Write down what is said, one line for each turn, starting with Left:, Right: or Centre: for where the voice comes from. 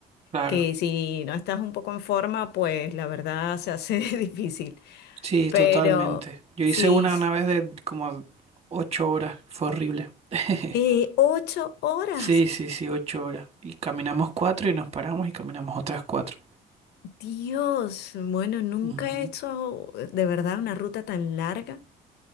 Right: Claro,
Left: que si no estás un poco en forma, pues la verdad se hace <laughs> difícil.
Right: sí,
Left: Pero
Right: totalmente. Yo
Left: sí,
Right: hice una
Left: sí.
Right: una vez de como ocho horas, fue horrible. <laughs>
Left: eh, ocho horas.
Right: Sí, sí, sí, ocho horas. Y caminamos cuatro y nos paramos y caminamos otras cuatro.
Left: Dios, bueno, nunca
Right: Ujú.
Left: he hecho de verdad una ruta tan larga.